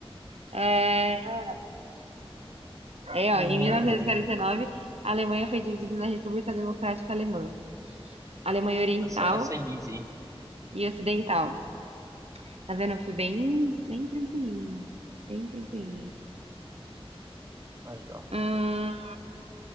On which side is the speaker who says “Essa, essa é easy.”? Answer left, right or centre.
Right